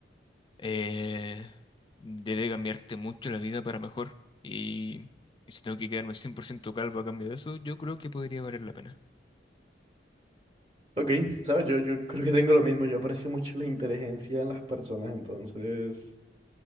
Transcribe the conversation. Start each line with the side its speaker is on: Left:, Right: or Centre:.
Left: eh, debe cambiarte mucho la vida para mejor. Y, y si tengo que quedarme 100% calvo a cambio de eso, yo creo que podría valer la pena.
Right: Ok, ¿sabes? Yo, yo creo que tengo lo mismo. Yo aprecio mucho la inteligencia en las personas, entonces